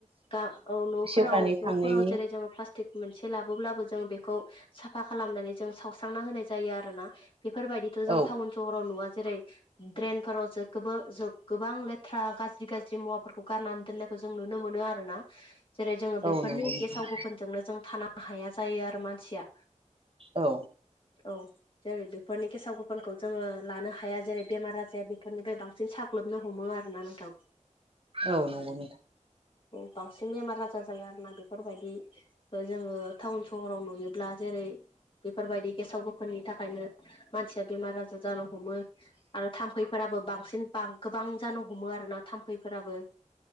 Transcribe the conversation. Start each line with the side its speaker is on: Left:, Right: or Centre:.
Left: गा औ न'फोराव
Right: सेवनानै थांनायनि
Left: न'फोराव जेरै जोङो प्लास्टिक मोनसे लाबोब्लाबो जों बेखौ साफा खालामनानै जों सावस्रांना होनाय जायो आरो ना बेफोर बायदिथ' जों
Right: औ
Left: टाउन सहराव नुवा जेरै ड्रेनफोराव जो गोबां जो गोबां लेथ्रा गाज्रि गाज्रि मुवा फोरखौ गारनानै दोननायखौ जों नुनो मोनो आरोना। जेरै जोङो
Right: औ
Left: बेफोरनि
Right: नंगौ नोंथां
Left: गेसाव गोफोनजोंनो जों थानो हाया जायो आरो मानसिया
Right: औ
Left: औ जेरै बेफोरनि गेसाव गोफोनखौ जोङो लानो हाया जेरै बेमार आजाया बेफोरनिफ्राय बांसिन साग्लोबनो हमो आरोना नोंथां।
Right: औ नंगौ नोंथां।
Left: औ बांसिन बेमार आजार जायो आरो ना बेफोर बायदि जोङो टाउन सहराव नुयोब्ला जेरै रै बेफोर बायदि गेसाव गोफोननि थाखायनो मानसिया बेमार आजार जानो हमो आरो थाम्फैफोराबो बांसिन बां गोबां जानो हमो आरोना थाम्फैफोराबो